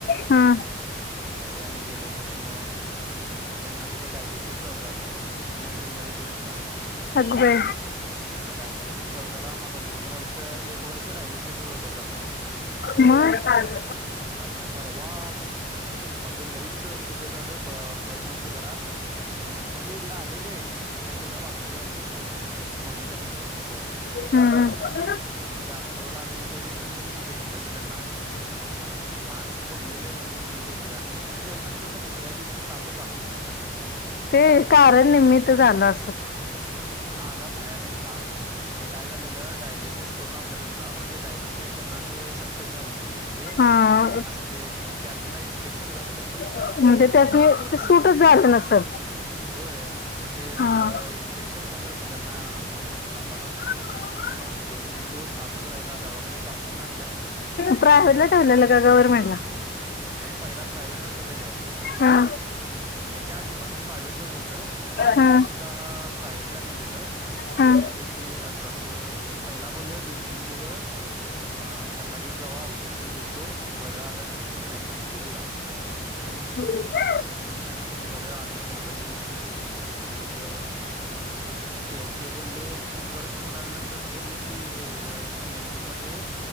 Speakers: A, on the left; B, on the right.
A: हा
B: त्यावेळी आम्ही गेलेलो म... त्यांना तिथं डायलिसिस चालू झाला किडन्या फेल झाल्या दोन्ही पण
A: अगं बये
B: मग डायलिसिस चालू झाला म आता दोन वर्ष तर एक वर्ष डायलिसिसच चालू होता चालू
A: <unintelligible>
B: आणि परवा मध्ये लई हे झालं बरनवतं घरात आ म्हणजे इकडं आलेले त्यांचं गाव अकोला आहे ना त्यांच्या म्हणजे मम्मीच्या मैत्रणीचं
A: हं हं
B: मग ते अकोल आलेले त्यावेळी मी भेटलेलो त्यांना मग मायाशी बोलले बीललेले नीट होते आणि इथनं गेल्या नंतर ना दुसऱ्या दिवशी तापचं आला
A: ते कारण निम्मित झालं असंल
B: होय इथना आला भयानक ताप ते काय झालेलं डायल लिसिस करून आणला त्यांचा पण ते डायलिसिस त्यांना ते सक्सेस झालं नाही म्हणजे
A: हा
B: असं ते त्यातना इन्फेक्शन झालं काय तर
A: म्हणजे त्यासनी ते सूटच झालं नसेल
B: होय मग ते
A: हा
B: ज इन्फेक्शन झालं मग त्यांना भयानक तापाला
A: <unintelligible>
B: मग दोन तीन दिवस तापच राहिला दवाखान्यात दाखवून आणलं.
A: प्रायव्हेट
B: पण
A: ला
B: अ,
A: ठेवलेला का गवरर्मेंटला
B: नाही पहिला प्रायव्हेटला ठेवलेलं
A: हा
B: त्याच्या आधी पण प्रायव्हेटलाच होतं मग आता
A: हा
B: सुद्धा दहा प्रायव्हेटला नेलेलं
A: हा
B: ते बोलले की असं अस पहिला बोलले दोन तीन दिवस घरला घेऊन जावा औषधतेन देतो. बरं आलं तर ठीक नाही तर मग बघूया
A: हम्म
B: त्याच्यानंतरन पण बरं आलं झालंच नाही ते मग ते ते बोलले मग परत घेऊन आलं नंतरन बोलले की मेंदू मध्ये